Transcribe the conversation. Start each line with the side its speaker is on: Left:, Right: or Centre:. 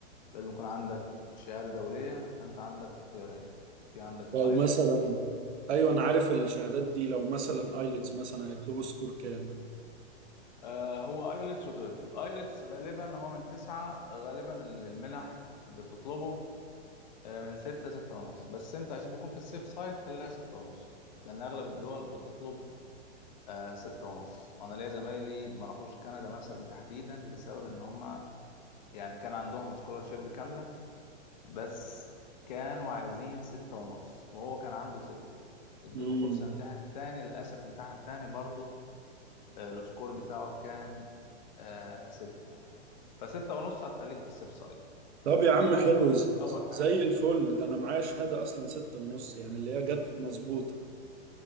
Left: يكون عندك شهاده دوليه فانت عندك اختيارين في عندك الايلتس
Right: لو مثلا ايوه انا عارف الشهادات دي لو مثلا ايلتس مثلا هيطلبوا سكور كام؟
Left: آه هو ايلتس وتويفل ايلتس غالبا هو من تسعة غالبا اللي المنح بتطلبه آه، من ستة ستة ونص بس انت عشان تكون في السيف سايد خليها ستة ونص لان اغلب الدول بتطلب آه ستة ونص انا ليا زمايلي ما راحوش كندا مثلا تحديدا بسبب ان هم يعني كان عندهم سكولارشيب كاملة بس كانوا عايزين ستة ونص وهو كان عنده ستة ادوله
Right: امم
Left: فرصة يمتحن تاني للأسف امتحن تاني برضه آه السكور بتاعه كان آه ستة فستة ونص هتخليك في السيف سايد
Right: طب يا
Left: فدي
Right: عم
Left: أول
Right: حلو ز-
Left: أول حاجة
Right: زي الفل ده انا معايا شهادة اصلا ستة ونص يعني اللي هي جت مظبوطة